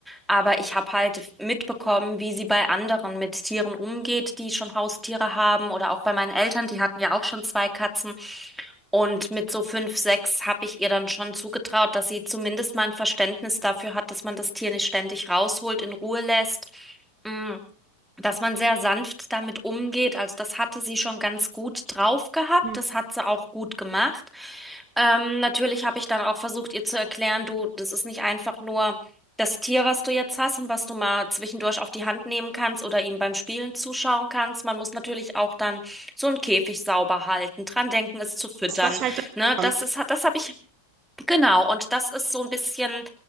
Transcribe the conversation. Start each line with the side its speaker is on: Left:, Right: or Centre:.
Centre: Aber ich habe halt mitbekommen, wie sie bei anderen mit Tieren umgeht, die schon Haustiere haben oder auch bei meinen Eltern, die hatten ja auch schon zwei Katzen. Und mit so fünf, sechs habe ich ihr dann schon zugetraut, dass sie zumindest mal ein Verständnis dafür hat, dass man das Tier nicht ständig rausholt, in Ruhe lässt. Mm, dass man sehr sanft damit umgeht. Also das hatte sie schon ganz gut drauf gehabt.
Right: Mhm.
Centre: Das hat sie auch gut gemacht. Ähm, natürlich habe ich dann auch versucht, ihr zu erklären, du, das ist nicht einfach nur das Tier, was du jetzt hast und was du mal zwischendurch auf die Hand nehmen kannst oder ihm beim Spielen zuschauen kannst. Man muss natürlich auch dann so einen Käfig sauber halten, dran denken, es zu füttern.
Right: Das, was halt dann
Centre: Ne,
Right: kommt.
Centre: das ist, das habe ich Genau, und das ist so ein bisschen,